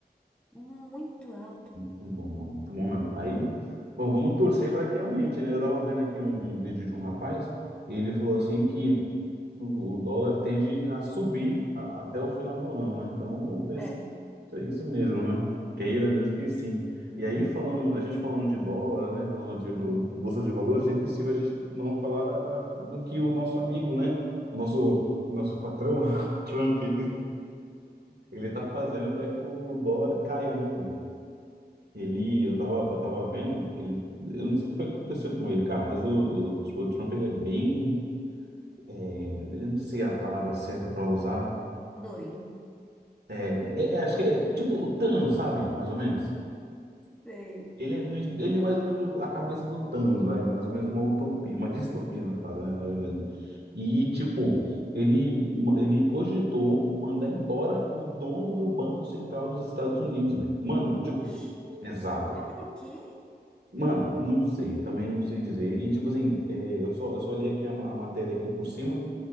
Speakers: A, in the centre; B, on the right (about 75°).
A: muito alto.
B: Muito bom, mano, muito bom mesmo. Aí, bom, vamos torcer para que aumente, né? Eu tava vendo aqui um, um vídeo de um rapaz, e ele falou assim que o, o dólar tende a subir a- até o final do ano, né? Então, vamos ver
A: É,
B: se se é isso mesmo, né? Queira Deus que sim. E aí, falando, a gente falando de dólar, né? Falando de do, bolsa de valores, é impossível a gente não falar da, da- do que o nosso amigo, né? O nosso, nosso patrão, <laughs> Trump, ele, ele tá fazendo para que o dólar caia, né, velho? Ele, eu tava, eu tava vendo, ele, eu não sei o que foi que aconteceu com ele, cara, mas o, o, o Trump, ele é bem, é, eu não sei a palavra certa para usar,
A: doido.
B: é, é- é, acho que é tipo o Thanos, sabe, mais ou menos.
A: Sei.
B: Ele, é no- ele é mais ou menos a cabeça do Thanos, vai, mais ou menos uma utopia, uma distopia, na casa, né, na verdade. E, tipo, ele, ele cogitou mandar embora o dono do Banco Central dos Estados Unidos, velho. Mano, tipo,
A: Oxi,
B: exato.
A: é por quê?
B: Mano, não sei, também não sei dizer. E tipo assim, é, eu só, eu só li aqui a, ma- a matéria aqui por cima, por